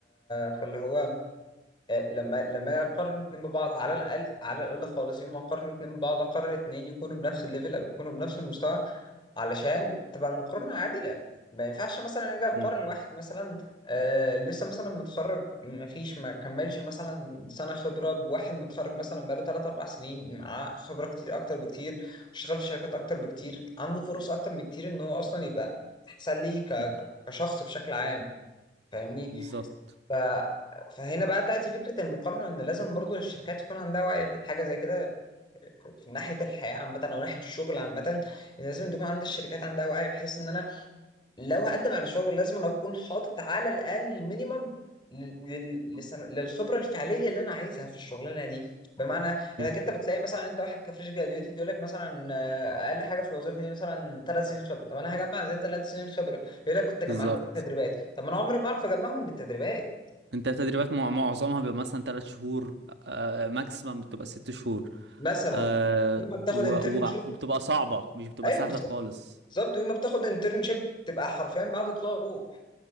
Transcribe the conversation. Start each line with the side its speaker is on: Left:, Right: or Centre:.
Left: فاللي هو آه، لما لما اقارن اتنين ببعض على الاقل على الاقل خالص يوم ما اقارن اتنين ببعض اقارن اتنين يكونوا بنفس الليفل او يكونوا بنفس المستوى علشان تبقى المقارنه عادله ما ينفعش مثلا اجي اقارن
Right: امم
Left: واحد مثلا آه لسه مثلا متخرج ما فيش ما كملش مثلا سنه خبره بواحد متخرج مثلا بقاله 3 4 سنين معاه خبره كتير اكتر بكتير اشتغل في شركات اكتر بكتير عنده فرص اكتر بكتير ان هو اصلا يبقى احسن لي ك... ك-
Right: امم
Left: كشخص بشكل عام فاهمني
Right: بالظبط
Left: ف... فهنا بقى تأتي فكرة المقارنة إن لازم برضو الشركات يكون عندها وعي بحاجة زي كده في في ناحية الحياة عامة أو ناحية الشغل عامة إن لازم تكون عند الشركات عندها وعي بحيث إن أنا لو هقدم على شغل لازم أنا أكون حاطط على الأقل مينيمم لل... لل- لسن- للخبرة الفعلية اللي أنا عايزها في الشغلانة دي بمعنى إنك
Right: امم
Left: أنت بتلاقي مثلا أنت واحد كفريش جراديوتي يقول لك مثلا آه، أقل حاجة في الوظيفة دي مثلا ثلاث سنين خبرة طب أنا هجمع زي ثلاث سنين خبرة يقول لك كنت جمعتها
Right: بالظبط
Left: من التدريبات طب ما أنا عمري ما أعرف أجمعهم من التدريبات
Right: انت تدريبات مع- معظمها بيبقى مثلا ثلاث شهور آه ماكسيمم بتبقى ست شهور
Left: مثلا
Right: آه
Left: يوم ما بتاخد
Right: و...
Left: انترنشيب
Right: و... وبتبقى صعبة مش بتبقى
Left: ايوه
Right: سهلة
Left: بالظبط
Right: خالص
Left: بالظبط يوم ما بتاخد انترنشيب تبقى حرفيا بعد طلوع روح